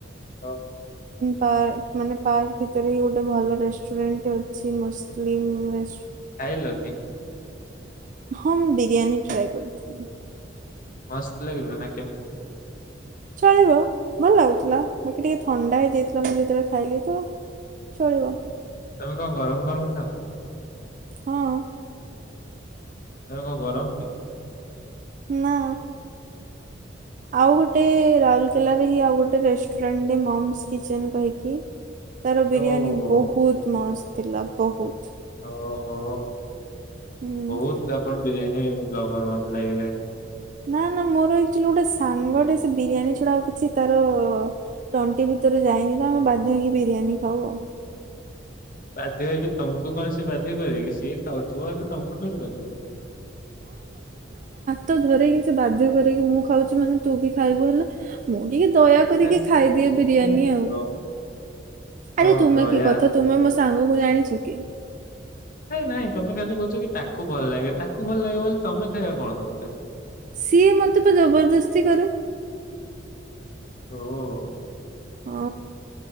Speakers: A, on the left; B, on the right.
A: ହଁ।
B: ପାର୍ ମାନେ ପାର୍କ ଭିତରେ ହିଁ ଗୋଟେ ଭଲ ରେଷ୍ଟୁରାଣ୍ଟ ଅଛି ମୁସଲିମ
A: ଖାଇଲ କି।
B: ହଁ ମୁଁ ବିରିୟାନୀ ଟ୍ରାଏ କରିଥିଲି।
A: ମସ୍ ଲାଗିଲା ନା କେମିତି?
B: ଚଳିବ ଭଲ ଲାଗୁଥିଲା ବାକି ଟିକେ ଥଣ୍ଡା ହେଇଯାଇଥିଲା ମୁଁ ଯେତେବେଳେ ଖାଇଲି ତ। ଚଳିବ।
A: ଓ ତମେ କଣ ଗରମ ଗରମ ହଁ।
B: ହଁ।
A: ଏ କ ଗରମ କି
B: ନା ଆଉ ଗୋଟେ ଗୋଟ
A: ଆଉ
B: ରାଉରକେଲାରେ ହିଁ ଆଉ ଗୋଟେ ଗୋଟେ ରେଷ୍ଟୁରାଣ୍ଟ ମମ୍ସ କିଚେନ୍ କହିକି ତାର ବିରିୟାନୀ
A: ଓ
B: ବହୁତ ମସ୍ତ ଥିଲା ବହୁତ୍।
A: ଓହୋ
B: ହୁଁ।
A: ବହୁତ୍ ଆପଣ ବିରିୟାନୀ ଜବର ମିଟି ଲାଗିଲାଣି।
B: ନା ନା ମୋରଚୁଆଲି ଗୋଟେ ସାଙ୍ଗଟେ ସେ ବିରିୟାନୀ ଛଡା ଆଉ କିଛି ତାର ତଣ୍ଟି ଭିତରେ ଯାଇନି ତ ଆମେ ବାଧ୍ୟ ହେଇକି ବିରିୟାନୀ ଖାଉ ଆଉ।
A: ବାଧ୍ୟ ହେକି ତମକୁ କଣ ସେ ବାଧ୍ୟ କରିବେକିି ସିଏ ଖାଉ ଥୁ ଆଲ ତମକୁ ଛାଡ଼ି ବାଧ୍ୟ କରେ
B: ତ ଧରକି ସେ ବାଧ୍ୟ କରକି ମୁଁ ଖାଉଛି ମାନେ ତୁ ବି ଖାଇବୁ ହେଲେ ମୁଁ ଟିକେ ଦୟା କରିକି
A: ହେସ୍
B: ଖାଇଦିଏ
A: ସେମିତି
B: ବିରିୟାନୀ
A: ନଥିବ
B: ଆଉ
A: ମ
B: ଆରେ
A: ଓହୋ
B: ତୁମେ
A: ଦୟା
B: କି କଥା ତୁମେ ମ ସାଙ୍ଗକୁ ଜାଣିଛ କି।
A: ନାଇଁ ନାଇଁ ତମେ ଖାଲି କହୁଛ କି ତାକୁ ଭଲ ଲାଗେ ତାକୁ ଭଲ ଲାଗେ ବୋଲି ତମେ ଖାଇବା କଣ ଦରକାର।
B: ସିଏ ମତେ ପା ଜବରଦସ୍ତି କରେ।
A: ଓ ଓ
B: ହଁ